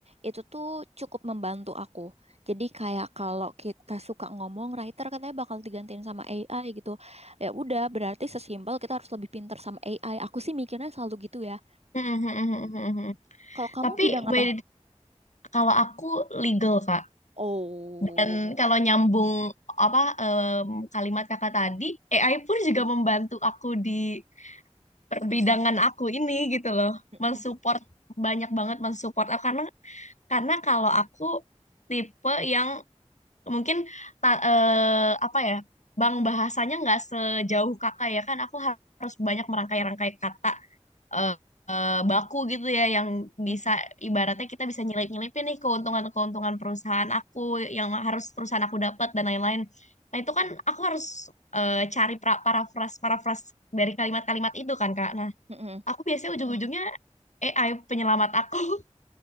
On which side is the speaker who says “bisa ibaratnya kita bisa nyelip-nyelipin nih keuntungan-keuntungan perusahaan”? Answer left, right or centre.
Left